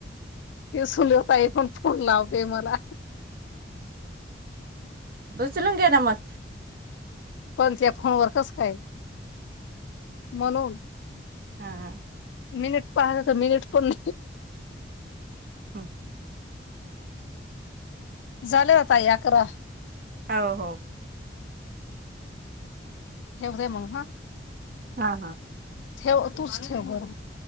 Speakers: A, on the left; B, on the right.
A: हे सुल होता आहे पण फोन लावते मला
B: उचलु घ न म
A: पण त्या फोन वर कस काय म्हणून
B: हा ह
A: मिनिट पाहाला तर मिनिट पण
B: हम
A: झाले आता अकरा
B: हो हो
A: ठेवते मग हा
B: हा हा.
A: ठेव तूच ठेव बर.